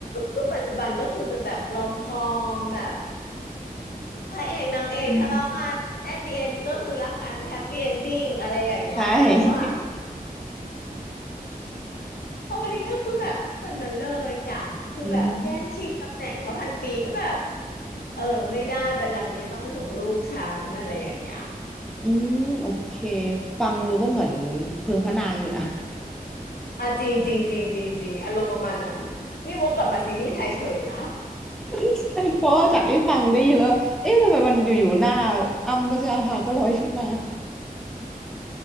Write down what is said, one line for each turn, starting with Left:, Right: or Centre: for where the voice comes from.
Left: ยุคปัจจุบันก็คือจะแบบรอมคอมแบบ พระเอกนางเอกทะเลาะกัน
Centre: อืม
Left: at the end ก็คือรักกัน happy ending อะไรอย่างเงี้ยแต่ว่า
Centre: ใช่
Left: โอวัลินก็คือแบบแบบนั้นเลยจ้ะคือแบบแย่งชิงตำแหน่งพระพันปีก็แบบ
Centre: อืม
Left: เออไม่ได้บัลลังก์นี้ต้องเป็นของลูกฉันอะไรอย่างเงี้ย
Centre: อืมโอเคฟังดูก็เหมือนเพิงพระนางอยู่นะ
Left: อ่ะจริงจริงจริงจริงจริงอารมณ์ประมาณนั้นนี่วกกลับมาซีรีส์ไทยเฉยนะ
Centre: <laughs> ใช่เพราะว่าจากที่ฟังได้ยินแล้วว่าเอ๊ะทำไมมันอยู่ๆหน้าอัมพชราภาก็ลอยขึ้นมา